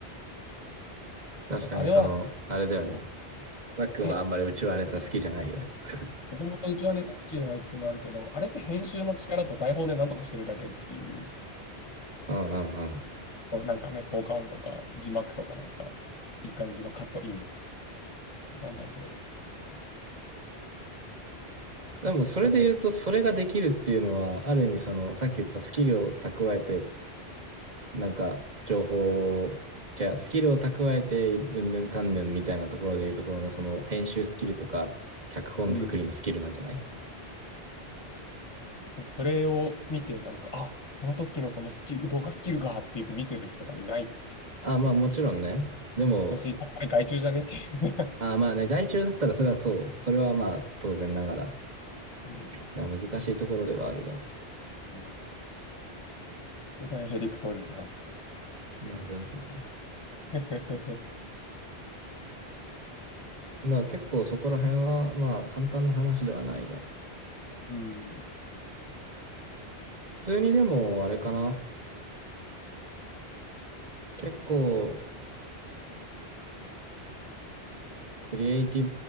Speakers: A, on the right; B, on the left.
A: 確かにその、
B: なんかあれは、
A: あれだよね。
B: こ
A: ザックンはあんまりうちわネタ好きじゃないよね。
B: う、へ、
A: <laughs>
B: もともと内輪ネタ好きじゃないっていうのもあるけど、あれって編集の力と台本でなんとかしてるだけっていう、
A: うんうんうん。
B: なんかね、効果音とか、字幕とかなんか、いい感じのカットイン。わかんないけど、
A: でも、それで言うと、
B: じゃない。
A: それができるっていうのは、ある意味、その、さっき言ってたスキルを蓄えて、なんか、情報を、じゃあ、スキルを蓄えて、うんぬんかんぬんみたいなところで言うところの、その、編集スキルとか、脚本作りのスキルなんじゃない
B: うん。それを見て、なんか、あ、この時のこのスキル、動画スキルがって言って見てる人多分いない。
A: ああ、まあ、もちろんね。でも、
B: 私、あれ害虫じゃねっていう。
A: ああ、まあね、外注だったら、それはそう。それはまあ、当然ながら、
B: うん
A: な難しいところではあるが。
B: うんそれらヘリクソおじさん。
A: いや、全然全然。
B: <laughs>
A: だから結構そこら辺は、まあ、簡単な話ではないが。
B: うん。
A: 普通にでも、あれかな。結構、クリエイティ